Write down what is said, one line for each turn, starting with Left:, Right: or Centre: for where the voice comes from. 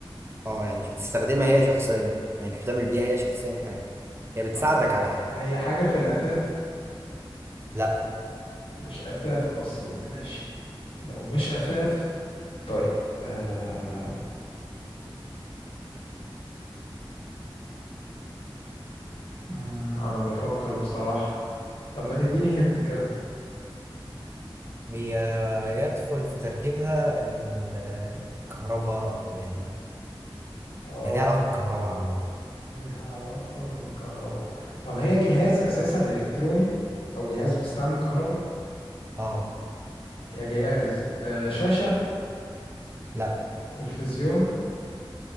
Right: اه يعني مش بتستخدمها هي شخصيا يعني مش بتعمل بيها هي شخصيا حاجة هي بتساعدك
Left: آه
Right: على حاجة
Left: هي حاجة في الأثاث
Right: لا
Left: مش أثاث أصلا ماشي لو مش أثاث طيب آه... مم، أنا بفكر بصراحة طب ما تديني هنت كده
Right: هي يدخل في تركيبها ال- الكهرباء أو يعني
Left: آه
Right: هي ليها علاقة بالكهرباء عامة
Left: ليها علاقة بالكهرباء طب هي جهاز أساسا إلكتروني أو جهاز بيستعمل كهرباء
Right: اه
Left: هي جهاز آه شاشة
Right: لا
Left: تلفزيون